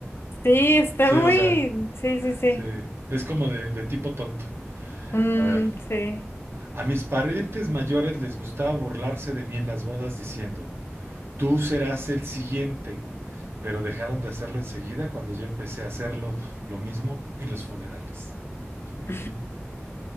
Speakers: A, on the left (about 60°); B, on the right (about 60°).
A: Sí, está
B: Sí,
A: muy...
B: o sea,
A: Sí, sí, sí.
B: sí, es como de, de tipo tonto.
A: Mm,
B: A ver,
A: sí.
B: a mis parientes mayores les gustaba burlarse de mí en las bodas diciendo, tú serás el siguiente, pero dejaron de hacerlo enseguida cuando yo empecé a hacerlo lo mismo en los funerales.
A: <laughs>
B: <laughs>